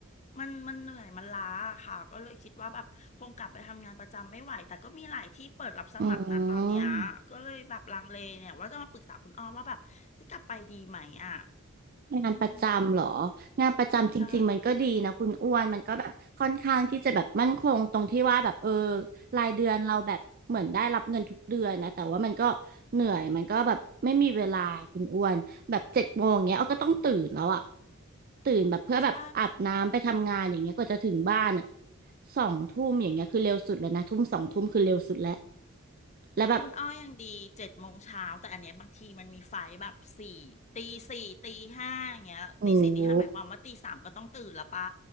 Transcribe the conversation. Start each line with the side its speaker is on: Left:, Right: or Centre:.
Left: มันมันเหนื่อยมันล้าอะค่ะก็เลยคิดว่าแบบคงกลับไปทำงานประจำไม่ไหวแต่ก็มีหลายที่เปิดรับสมัครนะตอนเนี้ยก็เลยแบบลังเลเนี่ยว่าจะมาปรึกษาคุณอ้อว่าแบบจะกลับไปดีไหมอ่ะ
Right: อืม
Left: อืม
Right: งานประจำเหรองานประจำจริงๆมันก็ดีนะคุณอ้วนมันก็แบบค่อนข้างที่จะแบบมั่นคงตรงที่ว่าแบบเออ
Left: ใช่
Right: รายเดือนเราแบบเหมือนได้รับเงินทุกเดือนนะแต่ว่ามันก็เหนื่อยมันก็แบบไม่มีเวลาคุณอ้วนแบบเจ็ดโมงเงี้ยเอาก็ต้องตื่นแล้วอะตื่นแบบเพื่อแบบอาบน้ำไปทำงานอย่างเงี้ยกว่าจะถึงบ้านอะ
Left: ใช่
Right: สองทุ่มอย่างเงี้ยคือเร็วสุดแล้วนะทุ่มสองทุ่มคือเร็วสุดแล้วแล้วแบบ
Left: คุณอ้อยังดีเจ็ดโมงเช้าแต่อันเนี้ยบางทีมันมีไฟล์แบบสี่ตีสี่ตีห้าอย่างเงี้ยตีสี่ตีห้าหมายความว่าตีสามก็ต้องตื่นละป่ะ
Right: โอ้โห